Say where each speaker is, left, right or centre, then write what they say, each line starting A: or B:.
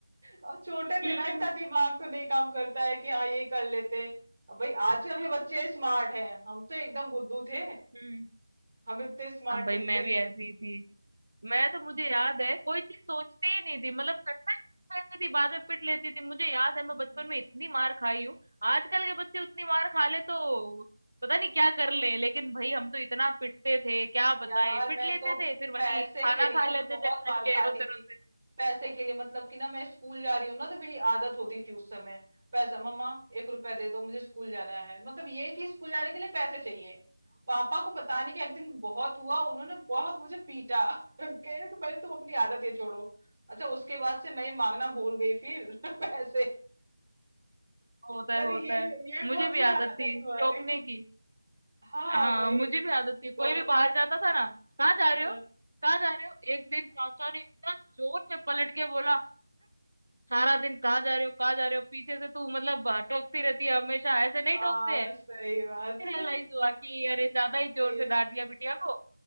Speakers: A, on the right; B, on the right.
A: और छोटे
B: हम्म
A: थे ना
B: हम्म,
A: इतना दिमाग तो नहीं काम करता है कि हाँ ये कर लेते अब भाई आजकल के बच्चे स्मार्ट हैं हम तो एकदम बुद्धू थे
B: हम्म।
A: हम इतने स्मार्ट
B: अब भाई
A: नहीं
B: मैं
A: थे
B: भी ऐसी ही थी मैं तो मुझे याद है कोई चीज सोचती ही नहीं थी मतलब करता ही रहती थी बाद में पिट लेती थी मुझे याद है मैं
A: <laughs>
B: बचपन में इतनी मार खाई हूँ आजकल के बच्चे उतनी मार खा ले तो पता नहीं क्या कर ले लेकिन भाई हम तो इतना पिटते थे क्या बताएं
A: यार
B: पिट
A: मैं
B: लेते
A: तो
B: थे फिर
A: पैसे
B: वही खाना
A: के लिए
B: खा लेते
A: ना बहुत
B: थे बैठ
A: मार
B: के
A: खाती
B: रोते
A: थी
B: रोते
A: पैसे के लिए मतलब कि ना मैं स्कूल जा रही हूँ ना तो मेरी आदत होती थी उस समय पैसा मम्मा एक रुपया दे दो मुझे स्कूल जाना है मतलब ये कि स्कूल जाने के लिए पैसे चाहिए पापा को पता नहीं कि एक दिन बहुत हुआ उन्होंने बहुत मुझे पीटा <laughs> कह रहे कि पहले तुम अपनी आदत ये छोड़ो अच्छा उसके बाद से मैं ये मांगना भूल गई फिर <laughs> पैसे
B: होता
A: कह
B: है
A: रहे
B: होता
A: ये
B: है
A: ये
B: मुझे
A: कौन सी
B: भी आदत
A: आदत है
B: थी
A: तुम्हारी
B: चौंकने की
A: हाँ
B: हाँ
A: भाई
B: मुझे भी आदत
A: कि
B: थी
A: दो
B: कोई भी बाहर जाता था ना कहाँ जा
A: हाँ।
B: रहे हो कहाँ जा रहे हो एक दिन चाचा ने इतना जोर से पलट के बोला सारा दिन कहाँ जा रहे हो कहाँ जा रहे हो पीछे से तू मतलब आ, टोकती रहती है हमेशा ऐसे नहीं
A: हाँ
B: टोकते हैं
A: सही बात
B: फिर रियलाइज
A: <laughs>
B: हुआ कि अरे ज्यादा ही जोर
A: ये
B: से डांट दिया बिटिया को